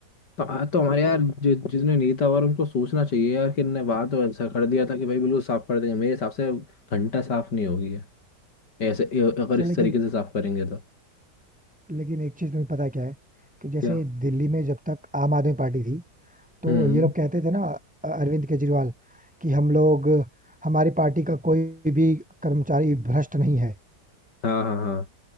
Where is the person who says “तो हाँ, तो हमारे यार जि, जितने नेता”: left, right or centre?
Left